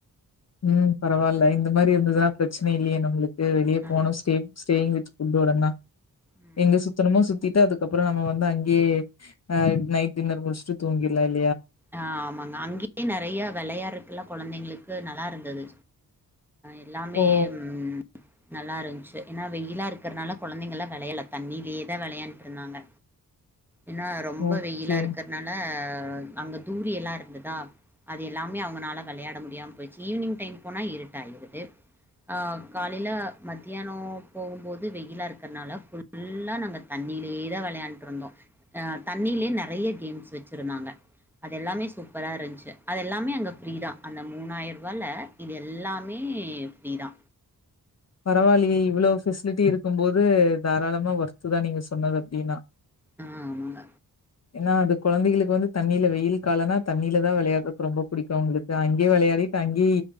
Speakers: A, on the left; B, in the centre.
A: உம் பரவாயில்ல இந்த மாதிரி இருந்ததுன்னா பிரச்சனை இல்லையே நம்மளுக்கு வெளியே
B: அ.
A: போணும் சேஃப் சரிங்க உங்களோடத தான்
B: ம்.
A: எங்க சுத்தணுமோ சுத்த சுத்திட்டு அதுக்கப்புறம் நம்ம வந்து அங்கேயே நைட் டின்னர் முடிச்சுட்டு தூங்கிறலா இல்ல
B: ஆஹ் ஆமாங்க அங்கயே நிறைய விளையாடுறதுக்கு எல்லாம் குழந்தைங்களுக்கு அது நல்லா இருந்தது எல்லாமே
A: ஓ
B: உம் நல்லா இருந்ச்சு ஏன்னா வெயிலா இருக்கறனால குழந்தைங்கள்லா வெளையல தண்ணிலியேதா வெளையான்ட்டு இருந்தாங்க ஏன்னா ரொம்ப
A: ஓகே
B: வெயிலா இருக்கற்னால ஆ அங்க தூரி எல்லா இருந்ததா அது எல்லாமே அவங்கனால வெளையாட முடியாம போயிச்சு ஈவினிங் டைம் போனா இருட்ட ஆயிறது ஆ காலைல மத்தியானொ போகும்போது வெயிலா இருக்கற்னால ஃபுல்லா நாங்க தண்ணிலயே தா வெளையாண்ட்ருந்தோ அஹ் தண்ணியிலயே நெறைய கேம்ஸ் வெச்சிருந்தாங்க அத எல்லாமே சூப்பரா இருந்ச்சு அது எல்லாமே அங்க ஃப்ரீதா அந்த மூணாயிர் ருவால இது எல்லாமே ஃப்ரீதா
A: பரவா இல்லயே இவ்ளோ ஃபெசிலிடி இருக்கும் போது தாராளமா ஒர்த் தா நீங்க சொன்னது அப்டின்னா
B: ஆஹ் ஆமாங்க
A: ஏன்னா அது கொழந்தைகளுக்கு வந்து தண்ணில வெயில் காலனா தண்ணில தா வெளையாடுறதுக்கு ரொம்ப புடிக்கு அவங்களுக்கு அங்கயே வெளையாடிட்டு அங்கேயே